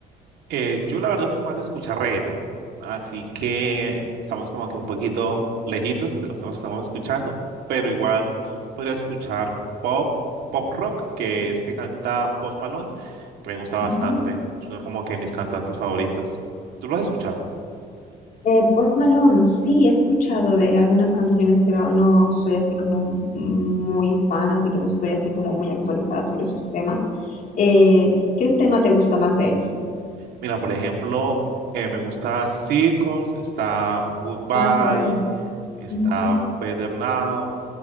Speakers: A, on the right; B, on the left.
A: Eh, yo la verdad soy más de escuchar reggaeton, así que estamos como que un poquito lejitos de los temas que estamos escuchando, pero igual podría escuchar pop, o- pop rock, que es que canta Post Malone, que me gusta bastante.
B: Ujú.
A: Es uno como que de mis cantantes favoritos. ¿Tú lo has escuchado?
B: Eh, Post Malone, sí, he escuchado de él algunas canciones, pero no soy así como muy fan, así que no estoy así como muy actualizada sobre sus temas. Eh, ¿qué tema te gusta más de él?
A: Mira, por ejemplo, eh, me gusta Circles, está Goodbye,
B: Hacer cosas.
A: está
B: Ujú,
A: Better Now,